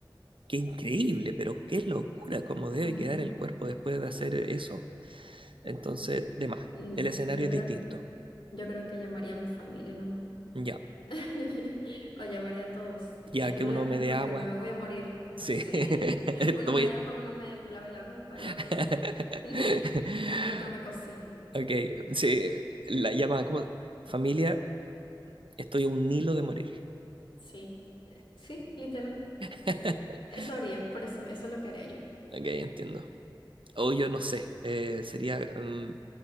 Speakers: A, on the right; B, on the left.
A: qué increíble, pero qué locura cómo debe
B: ujú.
A: quedar el cuerpo después de hacer eso. Entonces, de más,
B: Mm,
A: el escenario
B: Yo
A: es
B: creo,
A: distinto.
B: yo creo que llamaría a mi familia nomás.
A: Ya,
B: <laughs> Vaya, María, a todos y
A: ya
B: ayúdenme
A: que uno me dé
B: porque
A: agua.
B: me voy a morir. <laughs>
A: Sí,
B: Sí,
A: <laughs> estoy.
B: uno me da agua, uno me lave la ropa,
A: <laughs>
B: el otro, <laughs> el otro me cocina.
A: Ok, sí, la llama como familia, estoy a un hilo de morir.
B: Sí, sí, literal.
A: <laughs>
B: Eso haría, por eso, eso es lo que haría yo.
A: Ok, entiendo. O yo no sé, eh, sería... mm,